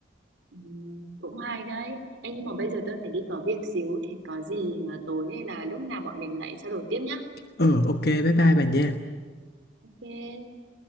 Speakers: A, on the right (about 80°); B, on the left (about 55°).
A: Ừ, cũng hay đấy. Ê, nhưng mà bây giờ tôi phải đi có việc xíu thì có gì à, tối hay là lúc nào bọn mình lại trao đổi tiếp nhá.
B: ừ ok bye bye bà nha
A: Ok,